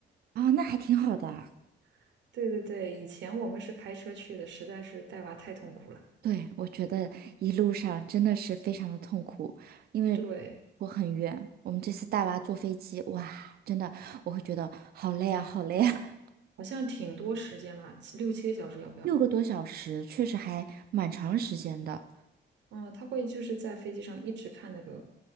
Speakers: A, on the right (about 55°); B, on the right (about 70°).
A: 哦，那还挺好的。
B: <laughs> 对对对，以前我们是开车去的，实在是带娃太痛苦了。
A: 对，我觉得一路上真的是非常的痛苦，因为
B: 对，
A: 我很远，我们这次带娃坐飞机，哇，真的我会觉得好累啊，好累啊，
B: 好像挺多时间吧，六七个小时要不要？
A: <laughs> 六个多小时确实还蛮长时间的。
B: 嗯，他会就是在飞机上一直看那个